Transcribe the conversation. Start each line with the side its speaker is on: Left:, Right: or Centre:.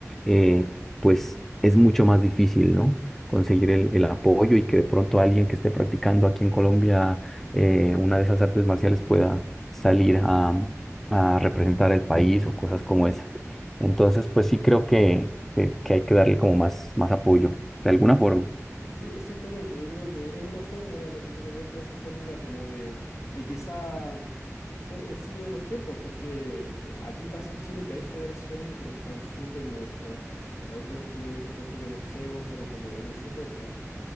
Centre: eh, pues es mucho más difícil, ¿no? conseguir el, el apoyo y que de pronto alguien que esté practicando aquí en Colombia eh, una de esas artes marciales pueda, salir a, a representar el país o cosas como esa. Entonces, pues sí creo que, que, que hay que darle como más, más apoyo, de alguna forma.
Left: Sí, exactamente. Yo creo que es una fórmula, lo que tú me cuentas, esa fórmula como de, y quizá son el signo de los tiempos, porque eh, aquí pasa en Chile que hay federaciones, pero están súper muertas. Las últimas peleas importantes de boxeo fueron como el año 70.